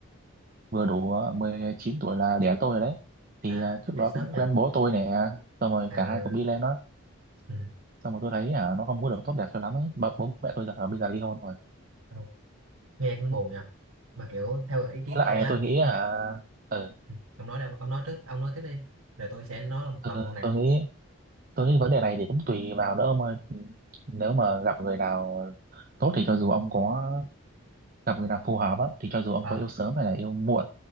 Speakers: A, on the right (about 40°); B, on the right (about 70°).
A: vừa đủ ờ, 19 tuổi là đẻ tôi
B: mình
A: rồi đấy thì
B: à
A: ờ, trước
B: dậy
A: đó
B: sớm
A: cũng
B: nha
A: quen bố tôi nè xong rồi
B: à
A: cả hai cùng đi lên đó
B: ừ.
A: xong rồi tôi thấy hả nó không có được tốt đẹp cho lắm ấy bố, bố mẹ tôi giờ hả, bây giờ ly hôn rồi
B: Ờ, nghe cũng buồn nha mà kiểu theo ý kiến
A: với lại
B: tôi nhá
A: tôi nghĩ hả ừ,
B: Ừ. ông nói đi, ông, ông nói trước ông nói tiếp đi rồi tôi sẽ nói một
A: ừ,
B: lần luôn nè
A: tôi nghĩ tôi nghĩ vấn đề này thì cũng tùy vào nữa ông ơi nếu mà gặp người nào tốt thì cho dù ông có gặp người nào phù hợp á thì cho dù ông
B: à
A: có yêu sớm hay là yêu muộn